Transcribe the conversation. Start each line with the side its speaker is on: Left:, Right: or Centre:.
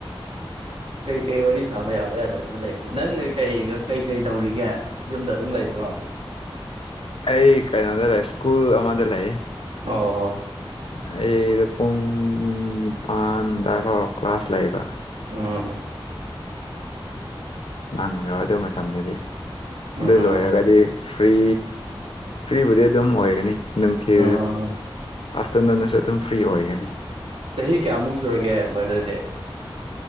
Right: ꯀꯩꯀꯩ ꯋꯥꯔꯤ ꯁꯥꯕ ꯌꯥꯕ ꯌꯥꯗꯕꯁꯨ ꯂꯩꯕ ꯅꯪꯩ ꯀꯩꯀꯩ ꯇꯧꯔꯤꯒꯦ ꯌꯨꯝꯗ ꯑꯗꯨꯝ ꯂꯩꯕ꯭ꯔꯣ
Left: ꯑꯩ ꯀꯥꯏꯅꯗ꯭ ꯂꯩ꯫ ꯏꯁꯀꯨꯜ ꯑꯃꯗ ꯂꯩ
Right: ꯑꯣ
Left: ꯑꯩꯗꯄꯝ ꯅꯤ ꯄꯥꯟꯗꯍꯛ ꯀ꯭ꯂꯥꯁ ꯂꯩꯕ
Right: ꯑꯥ
Left: ꯅꯪꯗꯣ ꯑꯗꯨ ꯃꯇꯝꯗꯗꯤ ꯑꯗꯨꯗ
Right: ꯎꯝ
Left: ꯂꯣꯏꯔꯒꯗꯤ ꯐ꯭ꯔꯤ ꯐ꯭ꯔꯤꯕꯨꯗꯤ ꯑꯗꯨꯝ ꯑꯣꯏꯒꯅꯤ ꯅꯝ ꯊ
Right: ꯎꯝ
Left: ꯑ ꯇꯅꯅꯁꯨ ꯑꯗꯨꯝ ꯐ꯭ꯔꯤ ꯑꯣꯏꯒꯅꯤ
Right: ꯆꯍꯤ ꯆꯍꯤ ꯀꯌꯥ ꯑꯃꯨꯛ ꯁꯨꯔꯒꯦ ꯃꯔꯔꯗꯗꯗꯤ